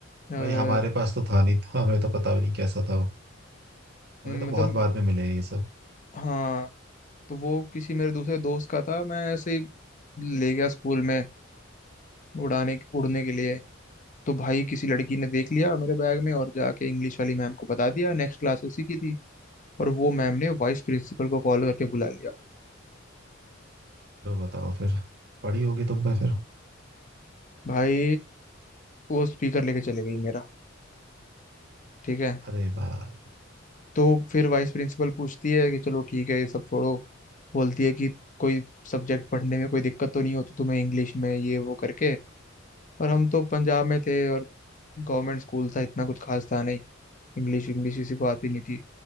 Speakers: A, on the left; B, on the right.
A: हम्म,
B: भाई हमारे पास तो था नहीं था हमें तो पता भी नहीं कैसा था वो। हमें तो
A: मतलब
B: बहुत बाद में मिले हैं ये
A: हाँ तो वो किसी मेरे दूसरे दोस्त का था मैं ऐसे ही ले गया स्कूल में उड़ाने उड़ने के लिए तो भाई किसी लड़की ने देख लिया मेरे बैग में और जाके इंग्लिश वाली मैम को बता दिया नेक्स्ट क्लास उसी की थी और वो मैम ने वाइस प्रिंसिपल
B: सब
A: को कॉल करके बुला लिया
B: लो बताओ फिर पड़ी होगी तुम पे फिर
A: भाई वो स्पीकर लेके चले गई मेरा ठीक है
B: अरे भाई
A: तो फिर वाइस प्रिंसिपल पूछती है कि चलो ठीक है ये सब छोड़ो बोलती है कि कोई सब्जेक्ट पढ़ने में कोई दिक्कत तो नहीं होती तुम्हें इंग्लिश में ये वो करके पर हम तो पंजाब में थे और गवर्नमेंट स्कूल था इतना कुछ खास था नहीं इंग्लिश इंग्लिश किसी को आती नहीं थी